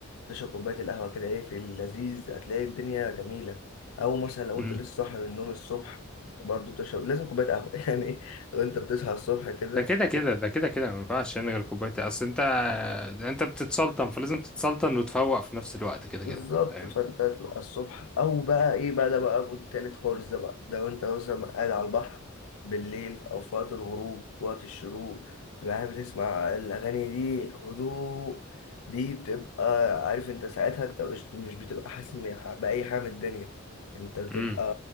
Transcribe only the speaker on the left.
تشرب كوباية القهوة كده إيه في اللذيذ هتلاقي الدنيا جميلة أو مثلا لو
أنت لسه صاحي من النوم الصبح برضه بتشرب لازم كوباية قهوة <laughs> يعني إيه، وأنت بتصحى الصبح كده
بالظبط
فانت هتبقى الصبح او بقى ايه بقى ده بقى مود تالت خالص ده بقى لو انت مثلا قاعد على البحر بالليل او في وقت الغروب وقت الشروق تبقى قاعد بتسمع الاغاني دي هدوء دي بتبقى عارف انت ساعتها انت مش مش بتبقى حاسس إن- باي حاجه من الدنيا انت بتبقى